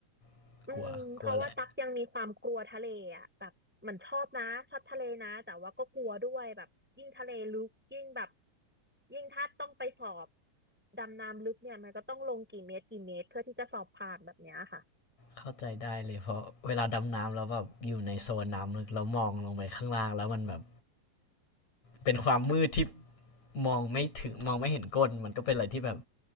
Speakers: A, on the left (about 45°); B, in the centre.
A: <laughs>
B: อืมเพราะว่าตักยังมีความกลัวทะเลอ่ะแบบเหมันชอบนะชอบทะเลนะแต่ว่าก็กลัวด้วยแบบยิ่งทะเลลึกยิ่งแบบ
A: กลัวกลัวแหละ
B: ยิ่งถ้าต้องไปสอบดำน้ำลึกเนี่ยมันก็ต้องลงกี่เมตรกี่เมตรเพื่อที่จะสอบผ่านแบบเนี้ยค่ะ
A: เข้าใจได้เลยเพราะเวลาดำน้ำแล้วแบบอยู่ในโซนน้ำลึกแล้วมองลงไปข้างล่างแล้วมันแบบเป็นความมืดที่มองไม่ถึงมองไม่เห็นก้นมันก็เป็นอะไรที่แบบ